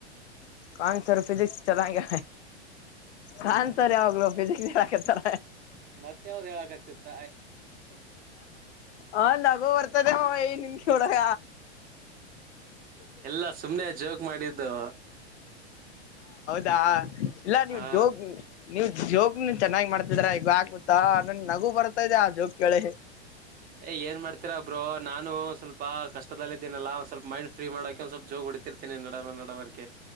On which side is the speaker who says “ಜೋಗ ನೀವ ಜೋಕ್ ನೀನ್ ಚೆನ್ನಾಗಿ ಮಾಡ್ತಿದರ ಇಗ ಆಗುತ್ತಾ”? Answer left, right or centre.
Left